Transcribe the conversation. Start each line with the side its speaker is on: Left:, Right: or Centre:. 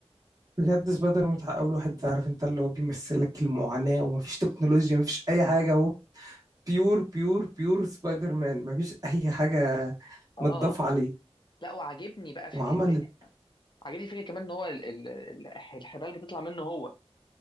Right: بجد سبايدر مان بتاع اول واحد عارف انت اللي هو بيمثلك المعاناة ومفيش تكنولوجيا مفيش اي حاجة بيور بيور بيور سبايدر مان مفيش اي حاجه
Left: اه
Right: متضاف عليه
Left: لا وعاجبني بقى فكره
Right: وعملت
Left: يعني، عاجبني فكره كمان ان هو ال- ال- ال- الحبال بتطلع منه هو